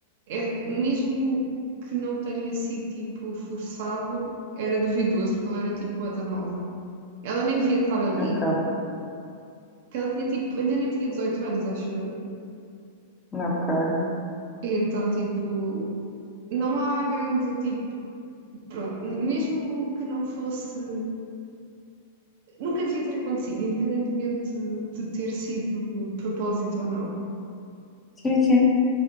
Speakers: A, on the right; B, on the left.
A: é, mesmo que não tenha sido tipo forçado, era duvidoso, porque ela era tipo uma da nova. Ela nem devia estar ali,
B: Ok,
A: porque ela tinha tipo, ainda nem tinha 18 anos, acho eu.
B: ok.
A: E então, tipo, não há grande tipo, pronto, n- mesmo que não fosse, nunca devia ter acontecido, independentemente de ter sido de propósito ou não.
B: Sim, sim.